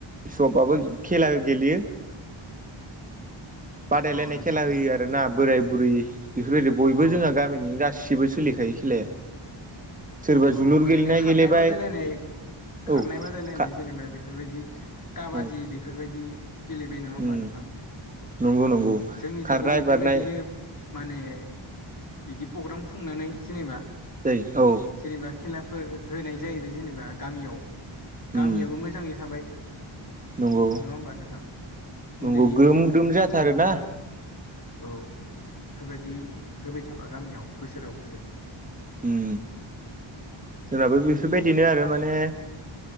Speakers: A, on the right; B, on the left.
A: सबाबो खेला गेलेयो। बादायलायनाय
B: औ नोंथां
A: खेला होयो आरोना बोराय बुरि बेफोरबायदि बयबो
B: अ
A: जोंहा गामिनि गासैबो खुलिखायो खेलाया सोरबा
B: औ
A: जोलुर
B: ओरैनो
A: गेलेनाय
B: खारनाय
A: गेलेबाय
B: बादायलायनाय
A: औ
B: खारनाय बादायलायनाय
A: खा
B: जेनेबा बेफोरबायदि काबादि
A: औ
B: बेफोरबायदि गेलेबाय नङा होमबा
A: उम
B: नोंथां
A: नंगौ नंगौ
B: जोंनिजायबो
A: खारनाय
B: बेफोरबायदिनो
A: बारनाय
B: माने बिदि प्रग्राम खुंनानै जेनेबा
A: दै औ
B: जेनेबा खेलाफोर होनाय जाहैबाय जेनेबा गामियाव गामियाबो
A: उम
B: मोजाङै थाबाय
A: नंगौ
B: नङा होमबा नोंथां
A: नंगौ
B: उन्दै
A: ग्रोम
B: उन्दै गथ'साफोराबो
A: ग्रोम जाथारोना
B: औ बेफोरबायदि होबाय थाबा गामियाव बोसोराव बोसोर
A: उम जोंनाबो बेफोरबायदिनो आरो माने